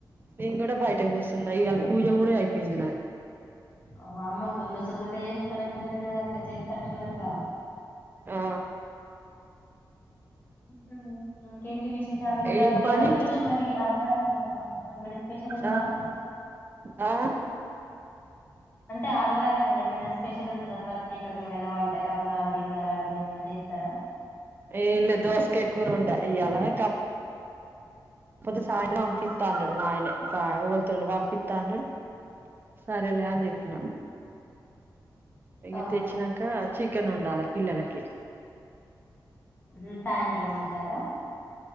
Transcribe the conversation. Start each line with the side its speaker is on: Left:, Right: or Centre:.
Right: నేను గుడ బయట కూసున్నా ఇవాళ పూజ గుడర్ అయిపోయింది నాది.
Left: ఓ వామ్మో తొందర తొందరగా చేస్తారనట్టున్నరు కదక్క చేసేతట్టున్నరుగా
Right: ఆ
Left: అ ఇంకేంటి విశేషాలు ఇంకా
Right: ఏం
Left: ఇయా
Right: పని
Left: ఈ రోజు మరి ఆదివారం కదా, ఏమైనా స్పెషల్ ఉందా
Right: ఆ ఆ
Left: అంటే ఆదివారం కదా ఏమైనా స్పెషల్ ఉంటదా ప్రత్యేకంగా, ఏమైనా వంటకం లాంటివి అలాంటి ఏమైనా చేస్తరా
Right: ఏం లేదూ దోసకాయ కూరండా ఇయ్యాల కా పోతే సాయంత్రం తింట అంటడు మా ఆయన బా ఎవలి తోనైనా పంపిత్త అంటడు సరేలే అని జెప్పిన ఇగ
Left: అవునా
Right: తెచ్చినంక చికెన్ ఉండాలె పిల్లలకి
Left: ఉమ్ సాయంత్రం వండుతారా?